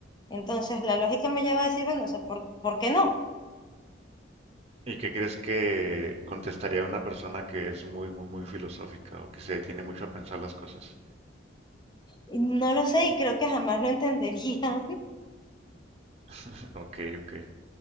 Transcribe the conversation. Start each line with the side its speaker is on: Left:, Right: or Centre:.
Left: Entonces, la lógica me lleva a decir, bueno, o sea, ¿por, por qué no?
Right: ¿Y qué crees que contestaría una persona que es muy, muy, muy filosófica o que se detiene mucho a pensar las cosas?
Left: Y No lo sé y creo que jamás lo entenderían.
Right: <laughs> Ok, ok.